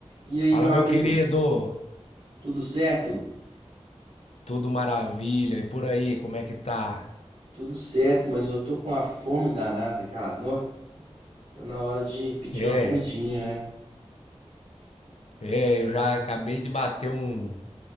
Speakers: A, on the right; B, on the left.
A: E aí,
B: Fala,
A: meu amigo,
B: meu querido!
A: tudo certo?
B: Tudo maravilha? E por aí, como é que tá?
A: Tudo certo, mas eu tô com uma fome danada, cara. Nó, tá na hora de pedir
B: É,
A: uma comidinha, né?
B: é, eu já acabei de bater um,